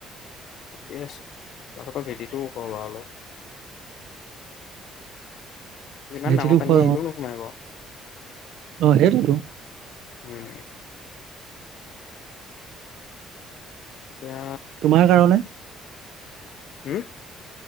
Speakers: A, on the left; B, on the right.
A: ঠিক আছে তৰ ভেটিটো কা অলপ ইমান
B: ভেটিটো
A: ডাঙৰ
B: ওখ
A: পানী
B: অ
A: আহিলেও সোমাই ব
B: অ হো
A: উম এতিয়া
B: তোমাৰ কাৰণে
A: হম